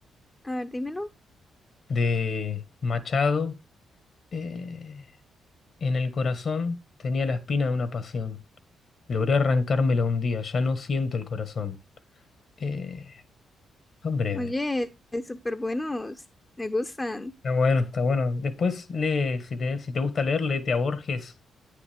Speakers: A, on the left; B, on the left.
A: A ver, dímelo.
B: de Machado. Eh, en el corazón tenía la espina de una pasión. Logré arrancármela un día, ya no siento el corazón. Eh, son breves.
A: Oye, súper buenos. Me gustan.
B: Está bueno, está bueno. Después lee, si te, si te gusta leer, léete a Borges,